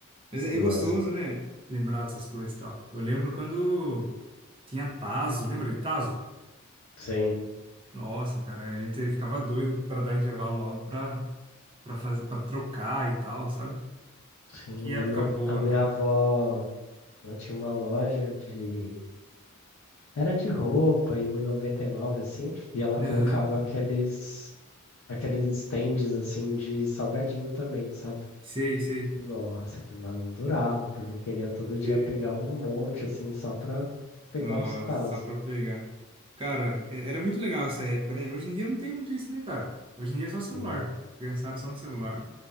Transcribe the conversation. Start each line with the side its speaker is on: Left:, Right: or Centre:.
Right: Mas é
Left: Nossa,
Right: é gostoso, né? Lembrar dessas coisas e tal. Eu lembro quando tinha Tazo, lembra de Tazo?
Left: sim.
Right: Nossa, cara, a gente ficava doido pra dar intervalo logo pra, pra, fazer, pra trocar e tal, sabe?
Left: Sim,
Right: Que
Left: lembro
Right: época boa,
Left: que a minha
Right: velho.
Left: avó. Ela tinha uma loja de. Era de roupa e um e noventa e nove assim. E ela colocava
Right: Aham.
Left: aqueles. Aqueles stands assim de salgadinho também, sabe?
Right: Sei, sei.
Left: Nossa, aquilo lá não durava, porque eu queria todo dia
Right: <laughs>
Left: pegar um monte assim só pra pegar
Right: Nossa,
Left: os tazos.
Right: só pra pegar. Cara, é- era muito legal essa época, né? Hoje em dia não tem muito isso, né, cara? Hoje em dia é só celular.
Left: Não,
Right: Criançada só no celular.